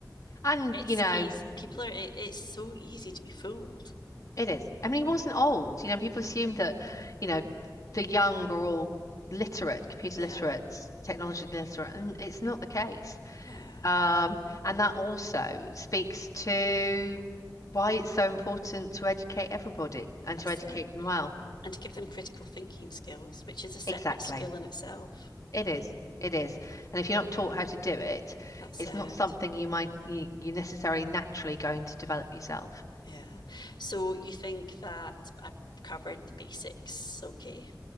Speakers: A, on the left (about 50°); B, on the left (about 85°).
A: and,
B: It's
A: you know,
B: easy. People are, it, it's so easy to be fooled.
A: it is. I mean, he wasn't old. You know, people assume that, you know, the young are all literate, computer
B: Yeah,
A: literate, technology literate, and it's not the case.
B: yeah,
A: Um, and that also speaks to why it's so important to educate everybody and
B: that's
A: to educate
B: it.
A: them well.
B: And to give them critical thinking skills, which is a separate
A: Exactly.
B: skill in itself.
A: It is. It is. And if you're not taught how to do it,
B: That's
A: it's
B: it.
A: not something you might you, you're necessarily naturally going to develop yourself.
B: Yeah. So you think that I covered the basics? Okay.